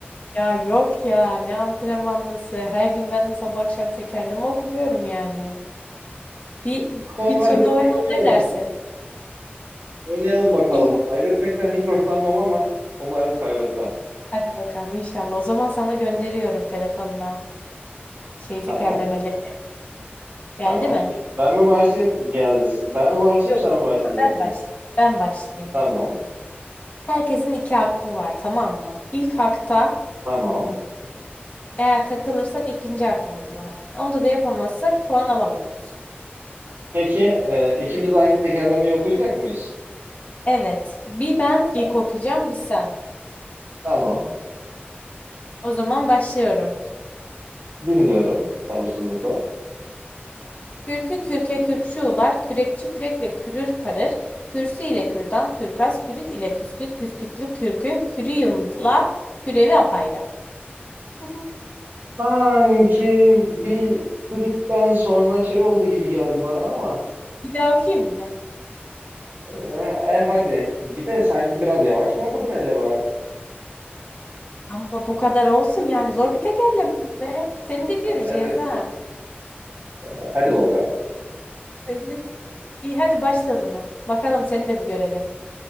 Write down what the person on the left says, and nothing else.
Ya yok ya ne antrenmanlısı. Her gün ben de sabah akşam tekerleme okumuyorum yani. Bir
bir
turnuvaya
ne dersin?
İyi
hadi bakalım inşallah. O zaman sana gönderiyorum telefonuna şeyi tekerlemeleri.
Geldi
mi?
Yok.
Ben başlayayım. Ben başlayayım.
Herkesin iki aklı var tamam mı? İlk hakta
Eğer takılırsak ikinci hakkımız var. Onda da yapamazsak puan alamıyoruz.
Evet. Bir ben
ilk okuyacağım, bir sen.
O zaman başlıyorum.
Kürkü kürke kürkçü ular, kürekçi kürekle kürür karır, kürsü ile kürdan, kürkas, kürit ile küsküt küskütlük kürkün, kürüyümla kürevi apayrı. <laughs>
Bir daha okuyayım mı?
Ama bu kadar olsun yani zor bir tekerleme. Seni de göreceğiz
ha.
Seni de- İyi hadi başla o zaman. Bakalım seni de bir görelim.